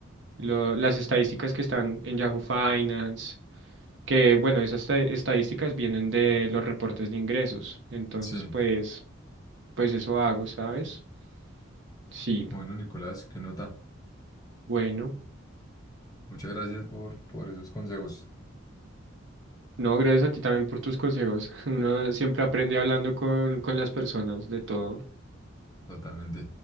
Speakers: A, on the right; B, on the left.
A: lo- las estadísticas que están en Yahoo Finance, que bueno, esas esta- estadísticas vienen de los reportes de ingresos, entonces
B: sí.
A: pues, pues eso hago, ¿sabes? Sí,
B: Bueno, Nicolás, qué nota.
A: bueno.
B: Muchas gracias por, por esos consejos.
A: No, gracias a ti también por tus consejos. <laughs> Uno siempre aprende hablando con, con las personas de todo.
B: Totalmente.